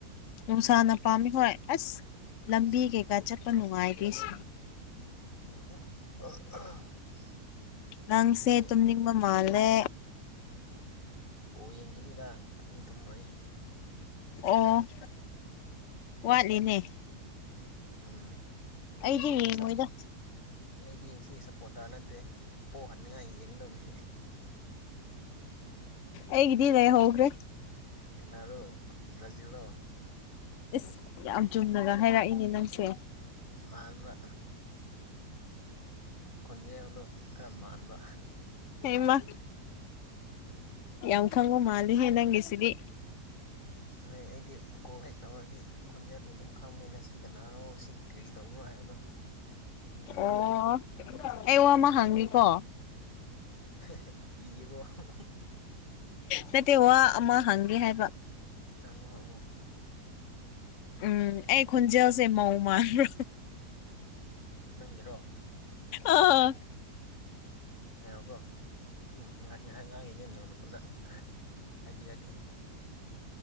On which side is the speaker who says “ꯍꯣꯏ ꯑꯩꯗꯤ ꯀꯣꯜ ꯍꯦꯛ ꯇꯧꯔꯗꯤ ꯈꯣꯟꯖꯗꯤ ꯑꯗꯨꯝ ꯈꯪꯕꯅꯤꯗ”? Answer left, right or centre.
Left